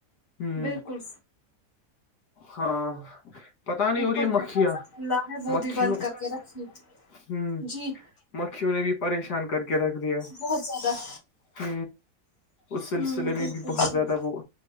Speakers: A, on the left; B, on the left.
A: ہ
B: بالکل
A: ہاں پتا نہیں
B: اوپر
A: اور یہ مکھیا
B: دروازہ کھلا ہے وہ
A: مکھ
B: بھی بند
A: ہوں
B: کر کے رکھیے جی
A: مکھیوں نے بھی پریشان کر کے رکھ دیا
B: بہت زیادہ
A: ہ اس سلسلے
B: ہوں
A: میں
B: بالکل
A: بھی بہت
B: صحیح
A: زیادہ وہ